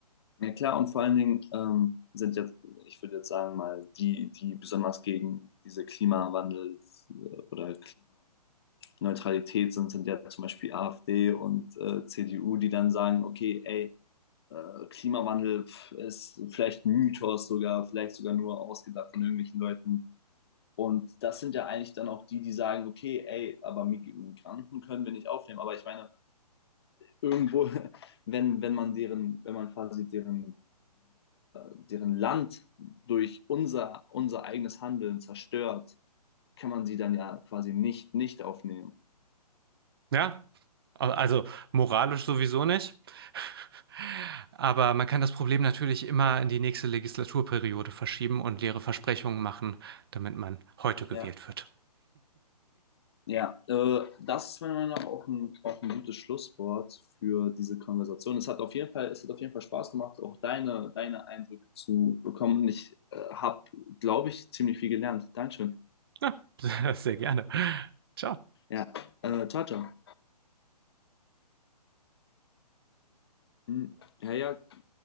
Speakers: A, on the left; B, on the right.
A: Ja, klar, und vor allen Dingen ähm, sind jetzt, ich würde jetzt sagen, mal die, die besonders gegen diese Klimawandel äh, oder Klimaneutralität sind, sind ja zum Beispiel AfD und äh, CDU, die dann sagen, okay, ey, äh, Klimawandel pf, ist vielleicht ein Mythos sogar, vielleicht sogar nur ausgedacht von irgendwelchen Leuten, Und das sind ja eigentlich dann auch die, die sagen, okay, ey, aber Migranten können wir nicht aufnehmen. Aber ich meine, irgendwo, <laughs> wenn, wenn man deren, wenn man quasi deren, deren Land durch unser, unser eigenes Handeln zerstört, kann man sie dann ja quasi nicht, nicht aufnehmen.
B: Ja, also moralisch sowieso nicht. <laughs> Aber man kann das Problem natürlich immer in die nächste Legislaturperiode verschieben und leere Versprechungen machen, damit man heute gewählt
A: Ja.
B: wird.
A: Ja, äh, das ist meiner Meinung nach auch ein, auch ein gutes Schlusswort für diese Konversation. Es hat auf jeden Fall, es hat auf jeden Fall Spaß gemacht, auch deine, deine Eindrücke zu bekommen. Ich äh, habe, glaube ich, ziemlich viel gelernt. Dankeschön.
B: Ja, <laughs> sehr gerne. Ciao.
A: Ja, äh, ciao, ciao. Hm, Ja, ja,